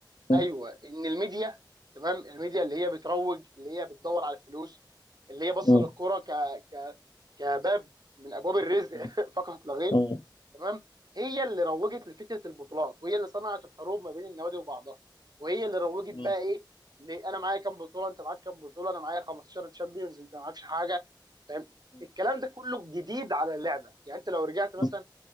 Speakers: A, on the left; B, on the right.
A: م-
B: ايوه ان الميديا تمام الميديا اللي هي بتروج اللي هي بتدور على الفلوس اللي هي باصه
A: م-
B: للكوره ك ك كباب من ابواب الرزق
A: م-
B: <laughs> فقط لا غير
A: م-
B: تمام هي اللي روجت لفكره البطولات وهي اللي صنعت الحروب ما بين النوادي وبعضها وهي اللي روجت
A: م-
B: بقى ايه ل- انا معايا كام بطوله انت معاك كام بطوله انا معايا 15 تشامبيونز انت معاكش حاجه فاهم الكلام ده كله جديد على اللعبه يعني انت لو رجعت مثلا
A: م-